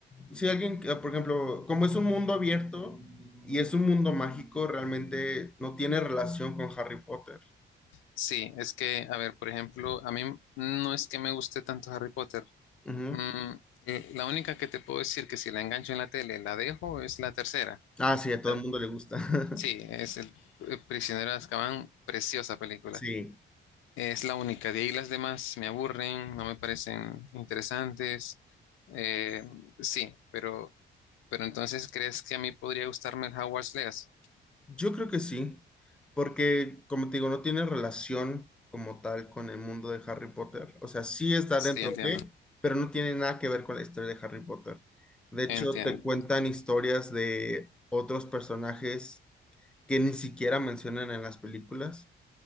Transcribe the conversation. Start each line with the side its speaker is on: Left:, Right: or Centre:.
Centre: si alguien, que, por ejemplo, como es un mundo abierto y es un mundo mágico, realmente no tiene relación con Harry Potter.
Left: Sí, es que, a ver, por ejemplo, a mí no es que me guste tanto Harry Potter.
Centre: Ujú.
Left: Mm, eh, la única que te puedo decir que si la engancho en la tele, la dejo, es la tercera.
Centre: Ah, sí, a todo
Left: La-
Centre: el mundo le gusta. <laughs>
Left: Sí, es el eh, Prisionero de Azkaban, preciosa película.
Centre: Sí.
Left: Es la única. De ahí las demás me aburren, no me parecen interesantes. Eh, sí, pero, pero entonces ¿crees que a mí podría gustarme el Hogwarts Legacy?
Centre: Yo creo que sí, porque como te digo, no tiene relación como tal con el mundo de Harry Potter. O sea, sí está
Left: Sí,
Centre: dentro
Left: entiendo.
Centre: de, pero no tiene nada que ver con la historia de Harry Potter. De hecho,
Left: Entiendo.
Centre: te cuentan historias de otros personajes que ni siquiera mencionan en las películas.